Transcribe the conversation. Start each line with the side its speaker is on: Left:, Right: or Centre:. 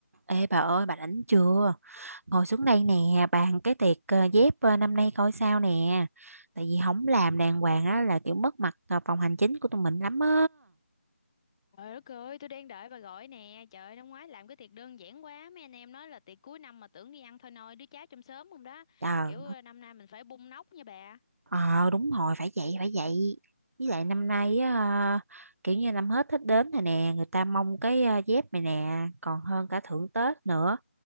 Right: Ê bà ơi bà rảnh chưa Ngồi xuống đây nè bàn cái tiệc ờ, dép ờ, năm nay coi sao nè Tại vì không làm đàng hoàng á là kiểu mất mặt ờ, phòng hành chính của tụi mình lắm á
Left: Trời đất ơi, tôi đang đợi bà gọi nè. Trời ơi, năm ngoái làm cái tiệc đơn giản quá. Mấy anh em nói là tiệc cuối năm mà tưởng đi ăn thôi nôi, đứa cháu trong xóm không đó.
Right: Trời
Left: Kiểu ờ, năm nay mình phải bung nóc nha bà.
Right: Ờ đúng rồi phải vậy phải vậy Với lại năm nay á, ờ, kiểu như năm hết Tết đến rồi nè Người ta mong cái ờ, dép này nè còn hơn cả thưởng Tết nữa